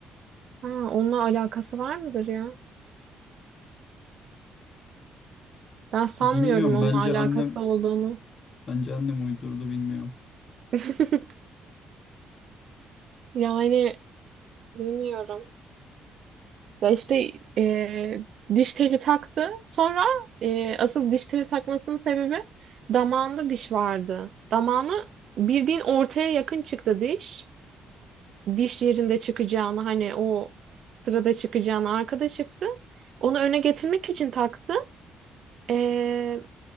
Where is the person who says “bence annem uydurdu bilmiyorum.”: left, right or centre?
Left